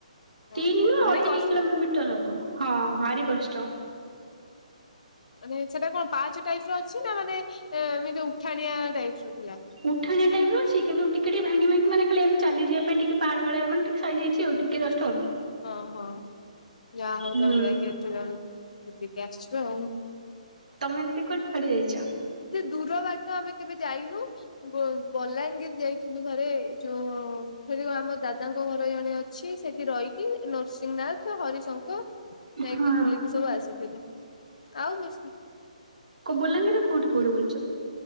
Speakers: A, on the left (about 65°); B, on the right (about 75°).
A: ଓହୋ
B: ତିନି ନୁହଁ
A: ଭାରି
B: ଅଢେଇ
A: କଷ୍ଟ
B: କିଲୋମିଟର ହବ ହଁ ଭାରି କଷ୍ଟ।
A: ମାନେ ସେଟା କଣ ପାଞ୍ଚ ଟାଇପ୍ ର ଅଛି ନା ମାନେ ଏମିତି ଉଠାଣିଆ ଟାଇପ୍ ର ଥିଲା?
B: ଉଠାଣିଆ ଟାଇପ୍ ର ଅଛି କିନ୍ତ ଟିକେ ଟିକ ଭଙ୍ଗି ଭାଙ୍ଗି ମାନେ ଖା ଏମ ଚାଲିଯିବା ପାଇଁ ଟିକେ ପାହାଡଳିଆ ମାନେ ଟିକେ ସାଇଜି ହେଇଚି ଆଉ। ଟିକେ କଷ୍ଟ ଆଉ।
A: ଓହୋ ଯା ହୋଉ
B: ହୁଁ
A: ତମେ ଯାଇଙ୍କି ଟିରାଣୁ ବୁଲିକି ଆସିଛ ଆଉ।
B: ତମେ ଦିଦି କୁଆଡେ କୁଆଡେ ଯାଇଛ?
A: ଦୂର ବାଟ ଆମେ କେବେ ଯାଇନୁ। ବଲାଙ୍ଗୀର ଯାଇଥିଲୁ ଥରେ ଯୋଉ ଆମ ଦାଦାଙ୍କ ଘର ଜଣେ ଅଛି ସେଠି ସେ ରହିକି ନୁରସିଂହନାଥ ହରିଶଙ୍କର ଯାଇକି
B: ହଁ
A: ବୁଲିକି ସବୁ ଆସିଥିଲି ଆଉ ବେଶୀ
B: କୋ ବଲାଙ୍ଗୀର କୋଉଠି କୋଉଠି ବୁଲିଚ?